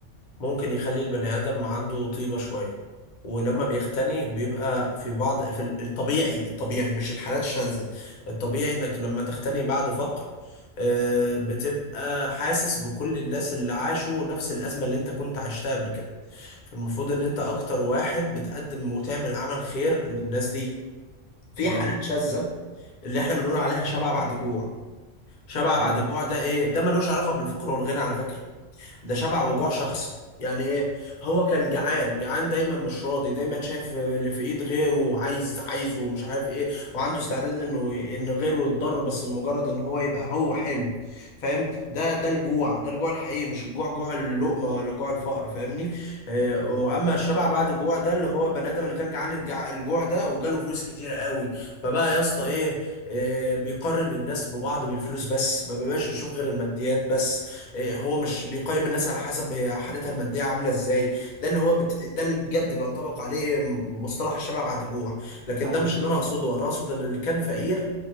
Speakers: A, on the left; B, on the right.
A: ممكن يخلي البني آدم عنده طيبة شوية ولما بيختني بيبقى في بعض في ال- الطبيعي الطبيعي مش الحالات الشاذة الطبيعي انك لما تختني بعد فقر آه، بتبقى حاسس بكل الناس اللي عاشوا نفس الأزمة اللي انت كنت عشتها قبل كده فالمفروض ان انت اكتر واحد بتقدم وتعمل عمل خير للناس دي في
B: تمام
A: حالات شاذة اللي احنا بنقول عليها شبع بعد جوع شبع
B: تمام
A: بعد جوع ده ايه ده ملوش علاقة بالفقر والغنى على فكرة ده شبع وجوع شخصي يعني ايه هو كان جعان جعان دايما مش راضي دايما شايف اللي في ايد غيره عايز عايزه ومش عارف ايه وعنده استعداد انه ان غيره يتضرر بس مجرد ان هو يبقى هو حلو فاهم ده ده الجوع ده الجوع الحقيقي مش الجوع جوع اللقمة ولا جوع الفقر فاهمني آه،
B: بالظبط
A: واما الشبع بعد الجوع ده اللي هو بني ادم اللي كان جعان الجع- الجوع ده وجاله فلوس كتير قوي فبقى يا اسطى ايه آه، بيقارن الناس ببعض بالفلوس بس ما بيبقاش بيشوف غير الماديات بس إيه، هو مش بيقيم الناس على حسب هي حالتها المادية عاملة ازاي ده اللي هو بت... ده اللي بجد بينطبق عليه مصطلح الشبع بعد جوع لكن
B: حاجه
A: ده مش
B: تانيه
A: اللي انا اقصده انا اقصد ان اللي كان فقير